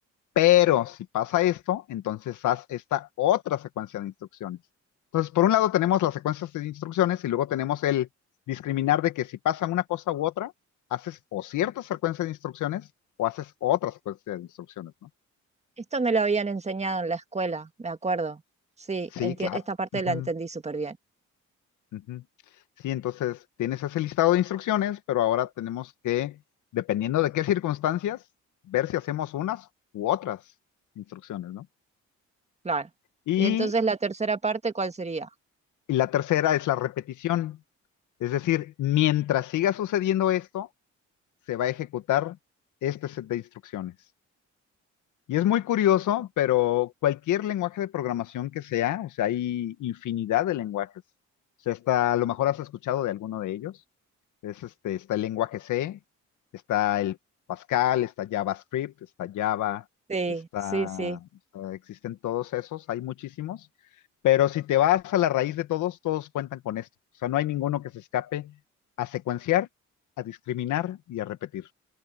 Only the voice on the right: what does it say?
Esto me lo habían enseñado en la escuela, me acuerdo. Sí,
enti-
esta parte
la entendí súper bien.
Claro.
Y entonces la tercera parte, ¿cuál sería?
Sí,
sí, sí.